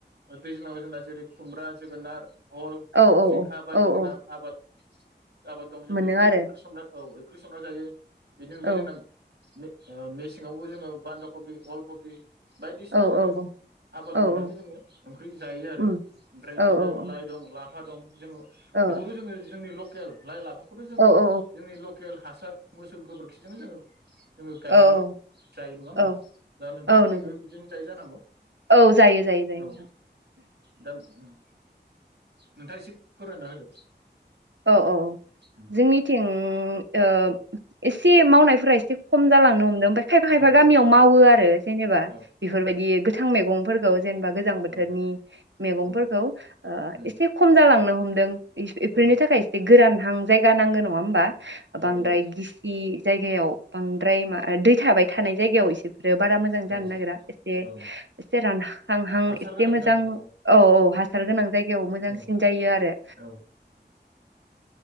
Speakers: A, on the right; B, on the right.
A: दैज्लाङाव जोंना जेरै खुमब्रा जोगोनार फल
B: औ
A: जिंखा बायदि
B: औ
A: जोंना
B: औ
A: आबाद <unintelligible> आबाद। दं जों
B: मोनो
A: बेफोरखौ
B: आरो
A: ओंख्रि संनाय औ <unintelligible> संना जायो। बेनि अनगायै
B: औ
A: जोंना मे ओ मेसेङावबो जोङो बान्दा कबि अल कबि बायदिसिना
B: औ
A: जोङो
B: औ
A: आबाद
B: औ
A: मावनानै
B: औ
A: जोङो ओंख्रि जायो आरो
B: उम
A: ओमफ्राय बिदिनो
B: औ औ
A: लाइ दं लाफ फा दं। जोङो
B: औ
A: बेफोरखौ जोङो जोंनि लख केल लाय लाफा खौथ' जोङो
B: औ औ
A: जोंनि लकेल हासार मोस गोबोरखिजों जोङो जोङो गायनानै
B: औ
A: जायो नङा होमब्ला?
B: औ
A: दा नोंथांमोननिखैबो
B: औ नंगौ
A: बिदिनो जाय जानांगौ
B: औ जायो जायो जायो
A: औ
B: नोंथां
A: दा उम नोंथाङा एसे फोरमायना होदो।
B: औ औ औ।
A: औ
B: जोंनिथिं ओ एसे मावनाय फ्रा इसे खम जालांनो हमदों ओमफाय खायफा खायफा
A: औ
B: गामियाव मावो आरो जेनेबा
A: औ
B: बेफोरबायदि गोथां मैगं फोरखौ जेनेबा गोजां बोथोरनि
A: औ
B: मैगंफोरखौ
A: औ
B: ओ
A: उम
B: एसे खम जालांनो हम दों इ बेनि
A: औ
B: थाखाय एसे गोरान रान जायगा नांगौ नङा होमबा? बांद्राय
A: औ
B: गिसि जायगायाव बां द्राय मा ओ दै थाबाय थानाय जायगायाव एसे बारा मोजां
A: औ
B: जानो नागिरा एसे
A: औ
B: एसे रानहांहां
A: हासार
B: एसे
A: गोनां
B: मोजां
A: जानांगौ
B: औ औ हासार गोनां जायगायाव मोजांसिन
A: औ
B: जायो आरो।
A: औ